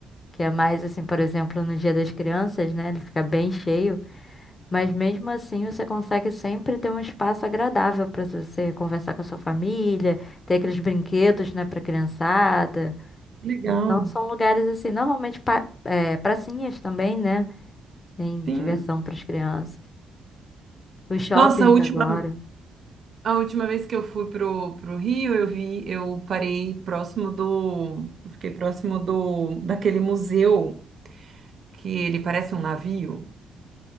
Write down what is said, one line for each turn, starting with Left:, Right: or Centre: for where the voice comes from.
Left: que é mais assim, por exemplo, no Dia das Crianças, né? Ele fica bem cheio. Mas mesmo assim, você consegue sempre ter um espaço agradável para você conversar com a sua família, ter aqueles brinquedos, né, para criançada.
Right: Legal.
Left: Não são lugares assim, normalmente pa- é, pracinhas também, né? Tem
Right: Sim.
Left: diversão para as crianças. Os shoppings
Right: Nossa, a última
Left: agora.
Right: A última vez que eu fui pro, pro Rio, eu vi, eu parei próximo do, eu fiquei próximo do, daquele museu que ele parece um navio,